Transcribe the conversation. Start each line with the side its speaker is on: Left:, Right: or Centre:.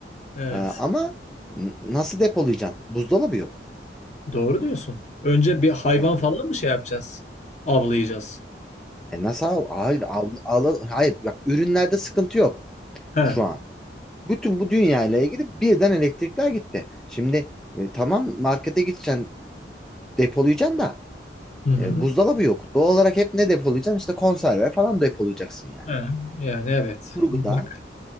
Left: Evet.
Centre: Ee, ama n- nasıl depolayacaksın? Buzdolabı yok.
Left: Doğru diyorsun. Önce bir hayvan
Centre: Yani,
Left: falan mı şey yapacağız? Avlayacağız.
Centre: e nasıl al? Hayır, al, al- hayır bak ürünlerde sıkıntı yok
Left: He. Hı
Centre: şu an. Bütün bu dünyayla ilgili birden elektrikler gitti. Şimdi e, tamam markete gideceksin depolayacaksın da
Left: hı.
Centre: e, buzdolabı yok. Doğal olarak hep ne depolayacaksın? İşte konserve falan depolayacaksın yani.
Left: He. Yani evet.
Centre: Kuru
Left: Bak
Centre: gıda